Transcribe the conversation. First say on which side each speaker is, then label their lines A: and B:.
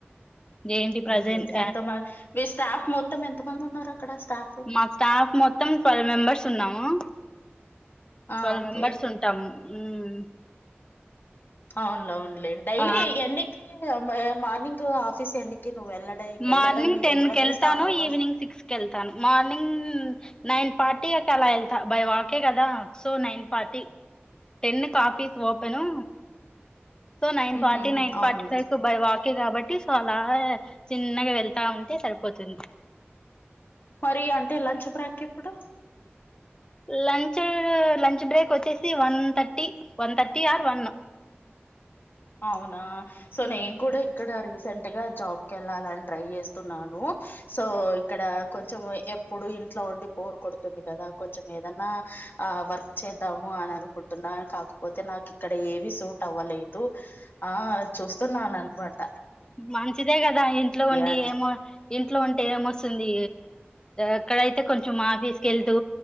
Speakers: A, on the left; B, on the left.
A: ఏంటి
B: హ్మ్
A: ప్రజెంట్
B: ఎంత మంద్ మీ స్టాఫ్ మొత్తం ఎంత మంది ఉన్నారు? అక్కడ స్టాఫ్
A: మా స్టాఫ్ మొత్తం ట్వెల్ మెంబర్స్ ఉన్నాము.
B: ఆ
A: ట్వెల్
B: ఓకే
A: మెంబర్స్ ఉంటాం. ఊమ్మ్
B: అవును అవునులే డైలీ
A: ఆ
B: ఎన్నికి ఊ మే మార్నింగ్ ఆఫీస్ ఎన్నికి నువ్వు వెళ్ళడ వెళ్ళడం
A: మార్నింగ్ టెన్
B: ఎన్ని గంటలకి
A: కెళ్తాను
B: స్టార్ట్ అవుతావు
A: ఈవినింగ్ సిక్స్ కెళ్తాను మార్నింగ్ నైన్ ఫార్టీ కి అలా వెళ్తా బై వాకే కదా సో నైన్ ఫార్టీ టెన్ కి office open so nine
B: ఉహుం,
A: forty నైన్
B: అవును
A: ఫార్టీ ఫై కు బై వాక్ కే కాబట్టి సో అలా చిన్నగ వెళ్తా ఉంటే సరిపోతుంది.
B: మరి అంటే లంచ్ బ్రేక్ ఎప్పుడు?
A: లంచ్ లంచ్ బ్రేక్ వచ్చేసి one thirty, one thirty or one
B: అవునా సో నేను కూడా ఇక్కడ రీస్ సెంట్ గా జాబ్ కెళ్ళాలని ట్రై చేస్తున్నాను. సో ఇక్కడ కొంచెం ఎప్పుడు ఇంట్లో ఉండి బోరు కొడుతుంది కదా, కొంచెం ఏదన్నా ఆ వర్క్ చేద్దాము అని అనుకుంటున్నా కాకపోతే నాకు ఇక్కడ ఏవి సూట్ అవ్వలేదు. దు ఆ చూస్తున్నా నన్ మాట్
A: మంచిదే కదా ఇంట్లో ఉండి
B: అని.
A: ఏమో ఇంట్లో ఉంటే ఏమొస్తుంది ఎక్కడైతే కొంచెం ఆఫీస్కి వెళ్తూ